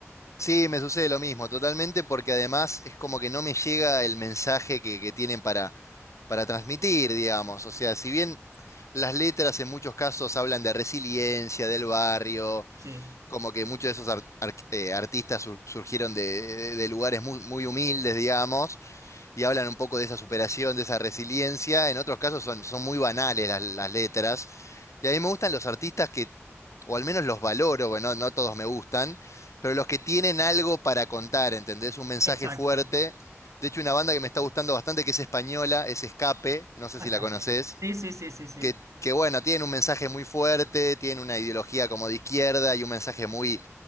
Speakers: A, on the left; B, on the right.
A: sí, me sucede lo mismo, totalmente, porque además es como que no me llega el mensaje que, que tienen para, para transmitir, digamos. O sea, si bien las letras en muchos casos hablan de resiliencia, del barrio,
B: Sí,
A: como que muchos de esos ar- ar- eh, artistas sur- surgieron de, de- de lugares muy, muy humildes, digamos, y hablan un poco de esa superación, de esa resiliencia. En otros casos son, son muy banales las las letras Y a mí me gustan los artistas que, o al menos los valoro, bueno, no todos me gustan, pero los que tienen algo para contar, ¿entendés? Un mensaje
B: exacto.
A: fuerte. De hecho, una banda que me está gustando bastante, que es española, es Escape, no sé
B: A
A: si
B: escape.
A: la conoces,
B: Sí, sí, sí, sí, sí.
A: que, que bueno, tienen un mensaje muy fuerte, tienen una ideología como de izquierda y un mensaje muy